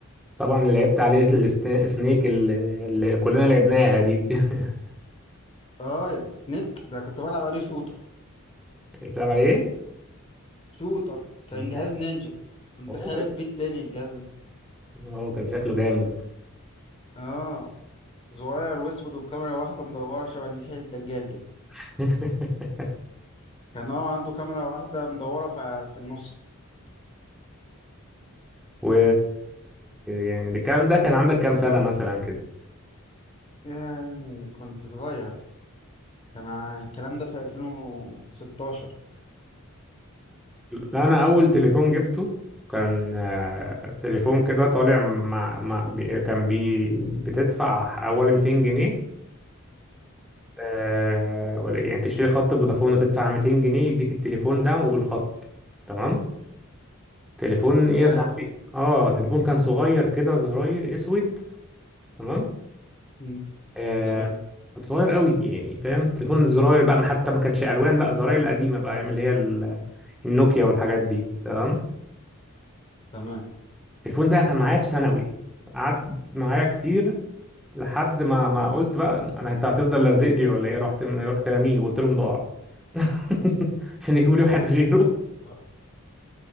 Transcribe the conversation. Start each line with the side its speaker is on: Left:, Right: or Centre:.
Centre: طبعا لعبت عليه السنا- السنيك اللي اللي كلنا لعبناها دي <laughs>
Left: اه سنيك ده كنت بلعب عليه شوتر
Centre: بتلعب عليه
Left: شوتر كان
Centre: ازاي
Left: جهاز نينجا كنت
Centre: اوه
Left: خارب بيه الدنيا الجهاز ده
Centre: أوه، كان شكله جامد
Left: اه صغير واسود وبكاميرا واحده مدوره شبه المسيح الدجال كده
Centre: <laughs>
Left: كان هو عنده كاميرا واحده مدوره ف- في النص
Centre: و يعني الكلام ده كان عندك كام سنة مثلا كده
Left: ياه كنت صغير كان ع- الكلام ده في 2016
Centre: لا أنا أول تليفون جبته كان آه، تليفون كده طالع مع... مع... بي- كان بي... بتدفع حوالي 200 جنيه آه، ولا يعني تشتري خط فودافون وتدفع 200 جنيه يديك التليفون ده والخط تمام تليفون ايه
Left: ياه
Centre: يا مم. صاحبي اه تليفون كان صغير كده زراير اسود تمام
Left: مم.
Centre: آه،
Left: تمام
Centre: كنت صغير قوي يعني فاهم تليفون الزراير بقى ما حتى ما كانش الوان لا زراير القديمه بقى ايام اللي هي ال- النوكيا والحاجات دي تمام
Left: تمام
Centre: التليفون ده كان معايا في ثانوي قعدت معايا كتير لحد ما ما قلت بقى انا انت هتفضل لازق لي ولا ايه رحت رحت راميه وقلت لهم ضاع <laughs> عشان يجيبوا لي واحد غيره
Left: <laughs>